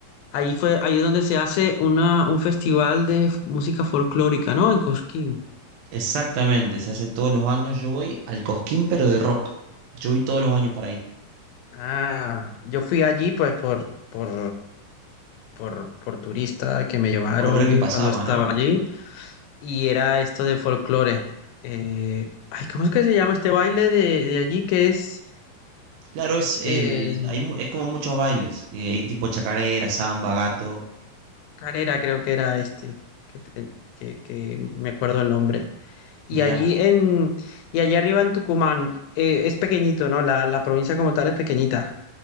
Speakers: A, on the left; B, on the right.
A: ahí fue, ahí es donde se hace una, un festival de f- música folclórica, ¿no? En Cosquín.
B: Exactamente, se hace todos los años. Yo voy al Cosquín, pero de rock. Yo voy todos los años para ahí,
A: Ah, yo fui allí pues por, por, por, por turista que me llevaron
B: por ver qué pasaba,
A: cuando estaba
B: ¿no?
A: allí y era esto de folclore. Eh, ay, ¿cómo es que se llama este baile de, de allí que es
B: Claro, es, el,
A: eh,
B: hay, mu- es como muchos bailes, que hay tipo chacarera, samba, gato.
A: carera, creo que era este, que, te- que, que me acuerdo el nombre. Y
B: Mirá.
A: allí en, y allá arriba en Tucumán, eh, es pequeñito, ¿no? La, la provincia como tal es pequeñita.